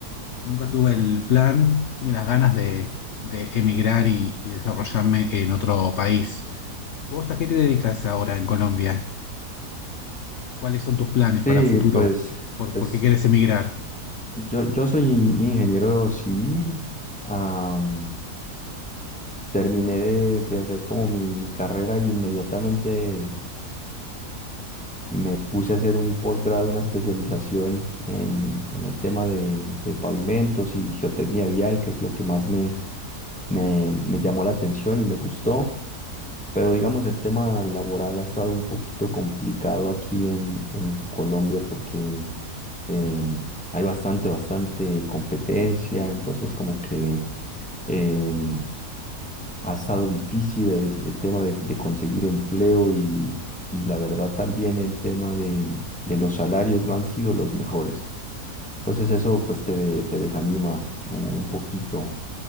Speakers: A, on the left (about 60°); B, in the centre.
A: nunca tuve el plan ni las ganas de, de emigrar y, y desarrollarme en otro país. ¿Vos a qué te dedicas ahora en Colombia? ¿Cuáles son tus planes
B: Sí,
A: para futuro?
B: pues,
A: ¿Por,
B: pues
A: por qué quieres emigrar? O
B: yo, yo soy in- ingeniero civil. am, terminé de, de hacer como mi, mi carrera y inmediatamente Me puse a hacer un posgrado, una especialización en, en el tema de, de pavimentos y geotecnia vial, que es lo que más me, me, me llamó la atención y me gustó. Pero digamos, el tema laboral ha estado un poquito complicado aquí en, en Colombia porque em, hay bastante, bastante competencia, entonces como que... em, ha estado difícil el, el tema de, de conseguir empleo y, y la verdad también el tema de, de los salarios no han sido los mejores. Entonces eso pues te, de- te desanima un, un poquito